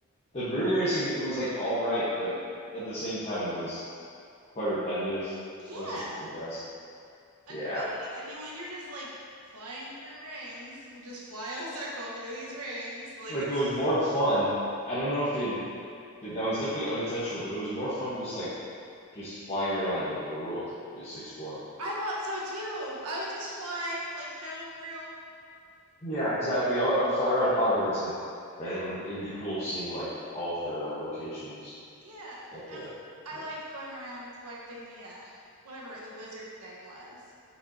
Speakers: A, on the left (about 30°); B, on the right (about 75°).
A: The broom racing, it was like all right, but at the same time, it was quite repetitive.
B: Yeah,
A: Wasn't the best.
B: agreed.
A: Yeah.
B: I mean, when you're just like flying through rings, you just fly in a circle through these rings, like
A: Like
B: it's
A: it was
B: just
A: more fun. I don't know if they Th- That was definitely unintentional, but it was more fun just like just flying around the the world, just exploring.
B: I thought so too. I would just fly, like no real,
A: Yeah, exactly.
B: like
A: I would, I would fly around Hogwarts and and it would it would be cool seeing like all of the locations,
B: yeah.
A: like
B: And
A: the
B: I
A: yeah.
B: liked going around and collecting the uh whatever the wizard thing was.